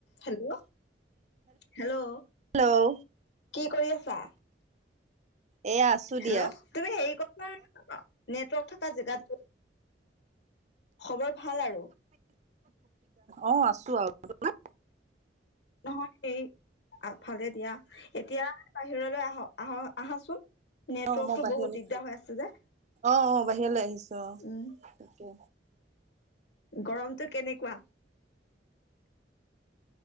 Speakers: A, on the left (about 75°); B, on the right (about 40°).
A: Hello hello.
B: Hello
A: কি কৰি আছা?
B: এয়া আছো
A: হেল্ল'
B: দিয়া।
A: তুমি হেৰি কৰা নেটৱৰ্ক থকা জেগাত যোৱা খবৰ ভাল আৰু
B: অ আছো আৰু তোমাৰ
A: নহয় এই ভালে দিয়া এতিয়া বাহিৰলৈ আহক আহক আহাচোন নেটৱৰ্কতটো
B: অ মই বাহিৰলৈ
A: বহুত দিগদাৰ হৈ আছে যে
B: অ অ বাহিৰলৈ আহিছো অ।
A: উম
B: তাকে
A: গৰমটো কেনেকোৱা